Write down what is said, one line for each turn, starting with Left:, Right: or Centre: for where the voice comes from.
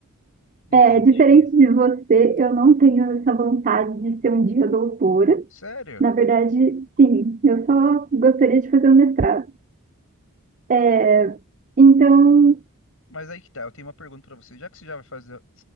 Left: entendi.
Right: É, diferente de você, eu não tenho essa vontade de ser um dia doutora.
Left: Sério?
Right: Na verdade, sim, eu só gostaria de fazer um mestrado. É, então,
Left: Mas aí que tá, eu tenho uma pergunta pra você. Já que você já vai fazer,